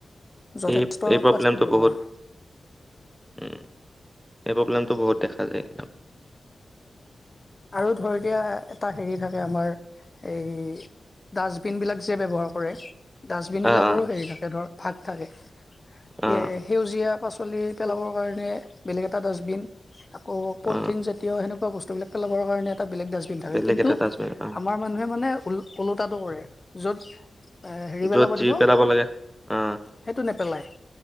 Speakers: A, on the left; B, in the centre.
A: যথেষ্ট
B: এই-এই প্ৰব্লেমটো
A: প্লাষ্টিক ব্যৱহাৰ
B: বহুত।
A: হয়
B: উম, এই প্ৰব্লেমটো বহুত দেখা যায়।
A: আৰু ধৰ এতিয়া, এটা হেৰি থাকে আমাৰ এই, ডাষ্টবিন বিলাক যে ব্যৱহাৰ কৰে ডাষ্টবিন বিলাকৰো
B: অ অ
A: হেৰি থাকে ধৰ ভাগ থাকে,
B: অ
A: এ সেউজীয়া শাক পাচলি পেলাবৰ কাৰণে বেলেগ এটা ডাষ্টবিন, আকৌ পলিথিন
B: অ
A: জাতীয় সেনেকুৱা বস্তু বিলাক পেলাবৰ কাৰণে এটা বেলেগ ডাষ্টবিন থাকে,
B: বেলেগ
A: কিন্তু
B: এটা ডাষ্টবিন অ
A: আমাৰ মানুহে মানে ওলো-ওলোটাটো কৰে, য'ত আ হেৰি পেলাব
B: য'ত যি
A: দিব,
B: লাগে অ
A: সেইটো ন পেলাই,